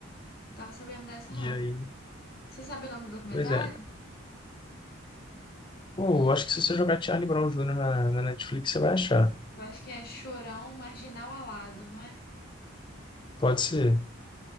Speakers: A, on the left; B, on the left.
A: tava sabendo dessa,
B: e
A: não.
B: aí,
A: Você sabe o nome do documentário?
B: pois é. Pô, eu acho que se você jogar Charlie Brown Jr. na, na Netflix, você vai achar.
A: Eu acho que é Chorão Marginal Alado, não é?
B: Pode ser.